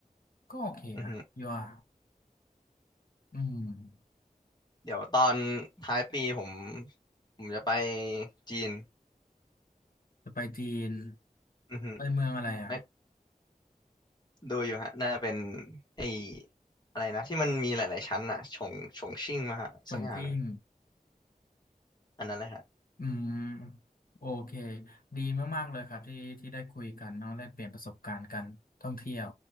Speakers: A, on the left (about 70°); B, on the left (about 30°).
A: ก็โอเคนะยว่า
B: อือฮึ
A: อืม
B: เดี๋ยวตอนท้ายปีผมผมจะไปจีน
A: จะไปจีน
B: อือฮึ
A: ไปเมืองอะไรอ่ะ
B: ไม่ดูอยู่ฮะน่าจะเป็นไอ้อะไรนะที่มันมีหลายๆชั้นอะฉงฉงชิ่งมาฮะสักอย่างหนึ่ง
A: ฉงชิ่ง
B: อันนั้นแหละฮะ
A: อืมโอเคดีมากๆเลยครับที่ที่ได้คุยกันเนาะแลกเปลี่ยนประสบการณ์กันท่องเที่ยว